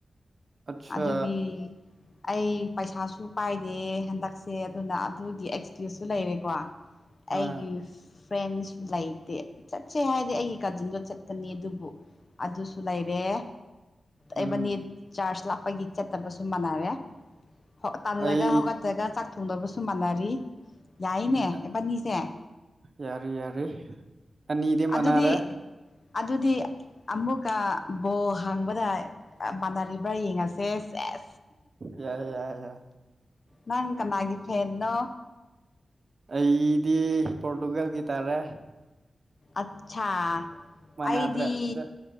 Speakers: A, on the right; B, on the left.
A: ꯑꯠꯆꯥ
B: ꯑꯗꯨꯒꯤ ꯑꯩ ꯄꯩꯁꯥꯁꯨ ꯄꯥꯏꯗꯦ ꯍꯟ ꯇꯛꯁꯦ ꯑꯗꯨꯅ ꯑꯗꯨꯒꯤ ꯑꯦꯛꯁꯀ꯭ꯌꯨꯁꯁꯨ ꯂꯩꯔꯦꯀꯣ
A: ꯍꯣꯏ
B: ꯑꯩꯒꯤ ꯐ꯭ꯔꯦꯟꯁꯨ ꯂꯩꯇꯦ ꯆꯠꯁꯦ ꯍꯥꯏꯗꯤ ꯑꯩꯒꯤ ꯀꯥꯖꯤꯟꯗꯣ ꯆꯠꯀꯅꯤ ꯑꯗꯨꯕꯨ ꯑꯗꯨꯁꯨ ꯂꯩꯔꯦ ꯑꯩꯕꯥꯅꯤ
A: ꯎꯝ
B: ꯆꯥꯔꯖ ꯂꯥꯞꯄꯒꯤ ꯆꯠꯇꯕꯁꯨ ꯃꯥꯟꯅꯔꯦ ꯍꯣ ꯇꯟꯂꯒ
A: ꯑꯩ
B: ꯍꯧꯒꯠꯇꯔꯒ ꯆꯥꯛ ꯊꯣꯡꯗꯕꯁꯨ ꯃꯥꯟꯅ ꯔꯤ ꯌꯥꯏꯅꯦ
A: ꯎꯝ
B: ꯑꯦꯕꯅꯤꯁꯦ
A: ꯌꯥꯔꯦ ꯌꯥꯔꯦ ꯑꯅꯤꯗꯤ ꯃꯅꯥꯔꯦ
B: ꯑꯗꯨꯗꯤ ꯑꯗꯨꯗꯤ ꯑꯃꯨꯛꯀ ꯕꯣ ꯍꯥꯡꯕꯗ ꯑꯥ ꯃꯥꯟꯅꯔꯤꯕ꯭ꯔ ꯌꯦꯡꯉꯁꯦ ꯁꯦꯁ
A: ꯌꯥꯏ ꯌꯥꯏ ꯌꯥꯏ
B: ꯅꯪ ꯀꯅꯥꯒꯤ ꯐꯦꯟꯅꯣ
A: ꯑꯩꯗꯤ ꯄꯣꯔꯇꯨꯒꯜꯒꯤ ꯇꯥꯔꯦ
B: ꯑꯠꯁꯥ
A: ꯃꯅꯥꯗ꯭ꯔꯦ
B: ꯑꯩꯗꯤ
A: ꯑꯗ